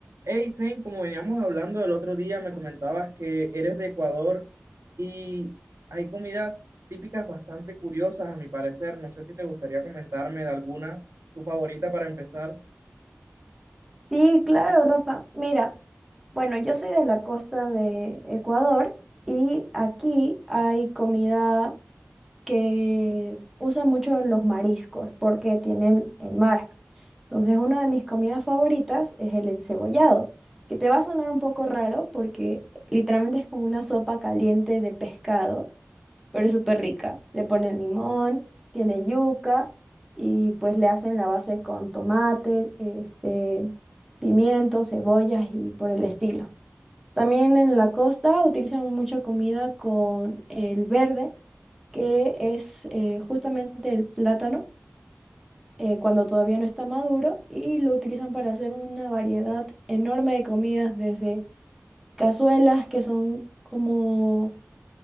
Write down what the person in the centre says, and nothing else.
Sí, claro, Rafa. Mira, bueno, yo soy de la costa de Ecuador y aquí hay comida que usa mucho los mariscos porque tienen el mar. Entonces, una de mis comidas favoritas es el encebollado, que te va a sonar un poco raro porque literalmente es como una sopa caliente de pescado pero es súper rica. Le ponen limón, tiene yuca y pues le hacen la base con tomate, este, pimientos, cebollas y por el estilo. También en la costa utilizan mucha comida con el verde, que es eh, justamente el plátano. eh, cuando todavía no está maduro y lo utilizan para hacer una variedad enorme de comidas, desde cazuelas que son como